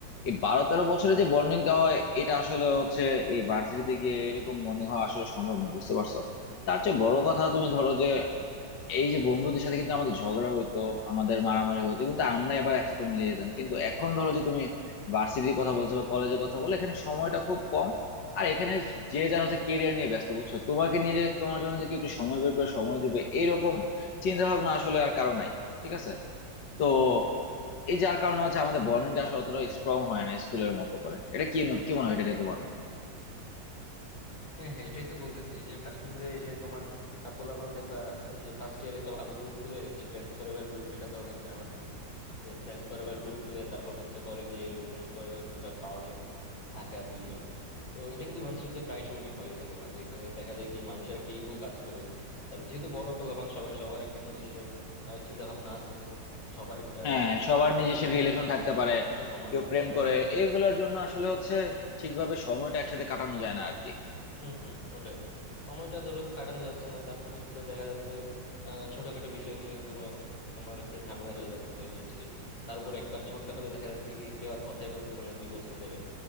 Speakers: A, on the left; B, on the left.
A: এই বারো তেরো বছরে যে বন্ডিংটা হয় এটা আসলে হচ্ছে এই ভার্সিটিতে গিয়ে এরকম বন্ডিং হওয়া আসলে সম্ভব না বুঝতে পারছো তার চেয়ে বড় কথা তুমি ধরো যে এই যে বন্ধুদের সাথে কিন্তু আমাদের ঝগড়া হইতো আমাদের মারামারি হইতো কিন্তু আমরা আবার একসাথে মিলে যেতাম কিন্তু এখন ধরো যে তুমি ভার্সিটির কথা বলছো বা কলেজের কথা বলে এখানে সময়টা খুব কম আর এখানে যে যার হচ্ছে কেরিয়ার নিয়ে ব্যস্ত বুঝছো তোমাকে নিয়ে যে তোমার জন্য যে কেউ একটু সময় বের করে সময় দিবে এরকম চিন্তা ভাবনা আসলে আর কারো নাই ঠিক আছে তো এই যার কারণে হচ্ছে আমাদের
B: হুম
A: বন্ডিংটা
B: হুম
A: আসলে অতটা স্ট্রং হয় না স্কুলের মতো করে এটা কি কি মনে হয় এটা নিয়ে তোমার
B: হ্যাঁ হ্যাঁ এটাই তো বলতেছি এই যে ভার্সিটিতে এসে তোমার আহ, পোলাপান দেখবা এই যে ফার্স্ট ইয়ার একটা ভালো গ্রুপ খুলে যে ফ্রেন্ডস ফরএভার গ্রুপ এটা তো অনেক ফেমাস নেই যে ফ্রেন্ডস ফরএভার গ্রুপ খুলে তারপর হচ্ছে পরে গিয়ে ওই ফ্রেন্ডস ফরএভার গ্রুপ আর পাওয়া যায় না থাকে আর দুইজন তো এটা কিন্তু ভার্সিটিতে প্রায় সময় হয়ে থাকে মানে এখানে দেখা যায় কি মানুষের একটা ইগো কাজ করে তারপর যেহেতু বড় পোলাপান সবাই সবার একটা নিজস্ব চিন্তা ভাবনা আছে সবার একটা
A: হ্যাঁ
B: কি
A: হ্যাঁ,
B: বলবো
A: সবার
B: আত্মসম্মান
A: নিজস্ব রিলেশন
B: বোধ মানে এক্সট্রা
A: থাকতে পারে
B: আত্মসম্মান
A: কেউ
B: বোধ
A: প্রেম
B: দেখায়
A: করে
B: একটা
A: এগুলোর জন্য আসলে হচ্ছে ঠিকভাবে সময়টা একসাথে কাটানো যায় না আর কি
B: হম হম ওটাই সময়টা ধরো কাটানো যাচ্ছে না তারপর হচ্ছে দেখা যাচ্ছে আহ ছোটখাটো বিষয় নিয়ে ধরো তোমার একটা ঝামেলা হয়ে যাচ্ছে এই সেই তার উপর একবার ঝগড়া হলে দেখা যাচ্ছে কি কেউ আর কথাই বলতেছে না দুই বছর ধরে